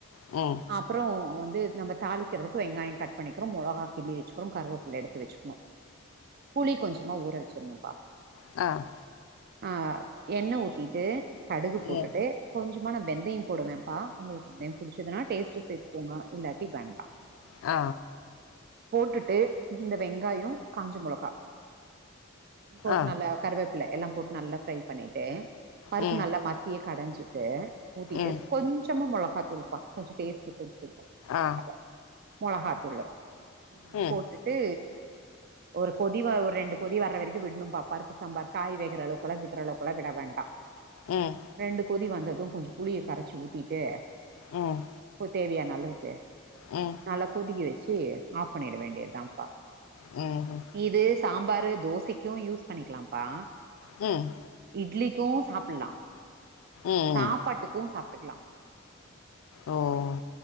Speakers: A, on the left (about 85°); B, on the right (about 50°).
A: ம்
B: அப்றோ வந்து நம்ம தாளிக்கிறதுக்கு வெங்காயோ கட் பண்ணிக்றோ மொளகா கிள்ளி வச்சிக்றோ கற்வேப் எடுத்து வச்சுக்ணூ புளி கொஞ்சமா ஊற வச்சுர்ணும்ப்பா
A: அ
B: அ எண்ண ஊத்திட்டு கடுகு போட்டுட்டு
A: ம்
B: கொஞ்சமா நா வெந்தயம் போடுவேம்ப்பா உங்களுக்கு தெம் புடிச்சதுன்னா டேஸ்ட்டு சேத்துக்கோங்க இல்லாட்டி வேண்டா
A: அ
B: போட்டுட்டு இந்த வெங்காயோ காஞ்ச மொளகா போட்டு
A: ஆ
B: நல்லா கருவேப்ல எல்லாம் போட்டு நல்லா ஃப்ரை பண்ணிட்டு பருப்பு
A: ம்
B: நல்லா மசிய கடஞ்சிட்டு ஊத்திட்டு
A: ம்
B: கொஞ்சமா மொளகா தூள்ப்பா கொஞ்சொ டேஸ்ட்டு தூக்கி குடுக்க <inaudible>
A: ஆ
B: காக மொளகாத்தூளு
A: ம்
B: போட்டுட்டு ஒரு கொதி வ ஒரு ரெண்டு கொதி வர்ற வரக்குவிட்னும்ப்பா பருப்பு சம்பார் காய்வேகுற அளவுக்கெல்லா விட்ற அளவுக்கெல்லா விட வேண்டா
A: ம்
B: ரெண்டு கொதி வந்ததும் கொஞ்சொ புளிய கரச்சி ஊத்திட்டு
A: ம்
B: உப்ப தேவையானளவுக்கு
A: ம்
B: நல்லா கொதிக்க வச்சு ஆஃப் பண்ணிட வேண்டியத்தாம்ப்பா
A: ம்
B: இது சாம்பாரு தோசைக்கும் யூஸ் பண்ணிக்கலாம்ப்பா
A: ம்
B: இட்லிக்கும் சாப்புல்லா
A: ம்
B: சாப்பாட்டுக்கு சாப்டுக்லா
A: ஓ ஓ